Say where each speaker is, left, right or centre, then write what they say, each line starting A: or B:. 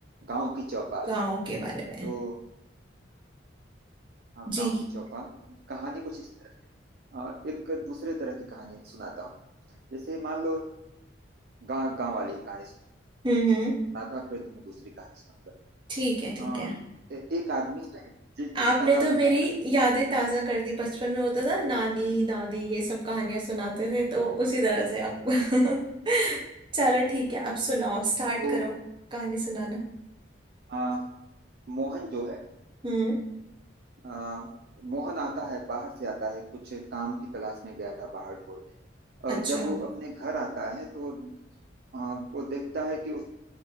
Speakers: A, on the right; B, on the right.
A: गांव की चौपाल
B: गाँव के बारे में
A: तो हाँ
B: जी
A: गांव की चौपाल कहानी कुछ इस तरह है अ, एक दूसरे तरह की कहानी सुनाता हूँ जैसे मान लो गांव गांव वाली ही कहानी
B: हम्म हम्म
A: सुनाता हूँ, फिर तुम्हें दूसरी कहानी सुनाऊंगा
B: ठीक है
A: अ,
B: ठीक है
A: ए- एक आदमी है जि,
B: आपने
A: जिसका नाम
B: तो
A: है
B: मेरी
A: मोहन
B: यादें ताजा कर दी बचपन में होता था नानी दादी ये सब कहानियां सुनाते थे तो उसी तरह से आप <laughs> चलो ठीक है आप सुनाओ स्टार्ट
A: तो
B: करो कहानी सुनाना
A: अ, मोहन जो है
B: हम्म
A: आ, मोहन आता है बाहर से आता है कुछ काम की तलाश में गया था बाहर ढूंढने और
B: अच्छा
A: जब वो अपने घर आता है तो आ, वो देखता है कि उस,